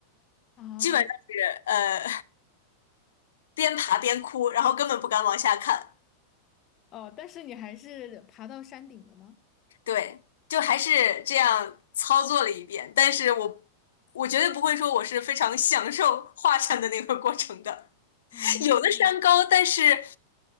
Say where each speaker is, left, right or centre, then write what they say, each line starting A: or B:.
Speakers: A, on the left; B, on the left.
A: 啊，
B: 基本上是呃边爬边哭，然后根本不敢往下看。
A: 哦，但是你还是爬到山顶了吗？
B: 对，就还是这样操作了一遍，但是我我绝对不会说我是非常享受华山的那个过程的。<laughs>
A: 啊，
B: 有的山高，但是